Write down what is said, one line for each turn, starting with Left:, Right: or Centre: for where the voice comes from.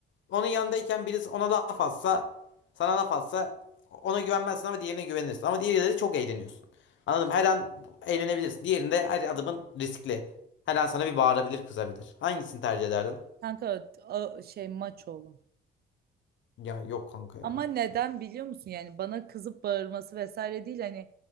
Left: onun yanındayken birisi ona laf atsa, sana laf atsa ona güvenmezsin ama diğerine güvenirsin. Ama diğeriyle çok eğleniyorsun. Anladım. Her an eğlenebilirsin. Diğerinde her adımın riskli. Her an sana bir bağırabilir, kızabilir. Hangisini tercih ederdin?
Right: kanka a- şey maç oğlu.
Left: Ya yok kanka ya.
Right: Ama neden biliyor musun? Yani bana kızıp bağırması vesaire değil hani